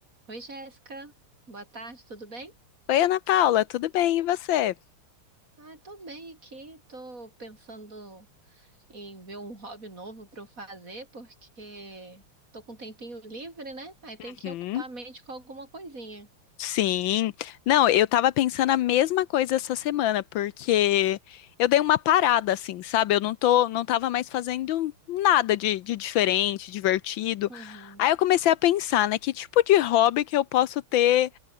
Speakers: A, on the right (about 35°); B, on the left (about 70°).
A: Oi, Jéssica. Boa tarde, tudo bem?
B: Oi, Ana Paula, tudo bem? E você?
A: Ah, tô bem aqui. Tô pensando em ver um hobby novo para eu fazer, porque tô com um tempinho livre, né? Aí tem
B: Uhum,
A: que ocupar a mente com alguma coisinha.
B: Sim. Não, eu tava pensando a mesma coisa essa semana, porque eu dei uma parada, assim, sabe? Eu não tô, não tava mais fazendo nada de, de diferente, divertido.
A: Uhum.
B: Aí eu comecei a pensar, né? Que tipo de hobby que eu posso ter